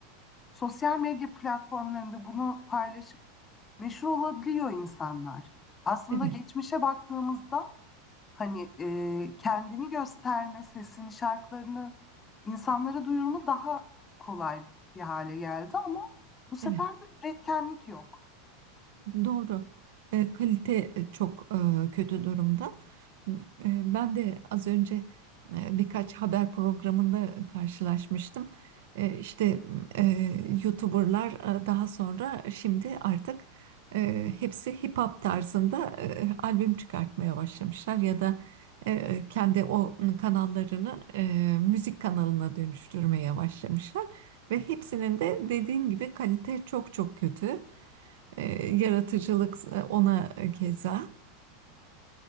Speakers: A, on the left; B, on the right.
A: sosyal medya platformlarında bunu paylaşıp meşhur olabiliyor insanlar. Aslında
B: Evet.
A: geçmişe baktığımızda hani e, kendini gösterme, sesini, şarkılarını insanlara duyurma daha kolay bir hale geldi ama bu sefer
B: evet.
A: de üretkenlik yok.
B: Doğru. E, kalite e, çok e, kötü durumda. E, ben de az önce e, birkaç haber programında karşılaşmıştım. E, işte e, YouTuber'lar e, daha sonra şimdi artık e, hepsi hip hop tarzında e, albüm çıkartmaya başlamışlar ya da e, kendi o kanallarını e, müzik kanalına dönüştürmeye başlamışlar ve hepsinin de dediğin gibi kalite çok çok kötü. E, yaratıcılık e, ona keza.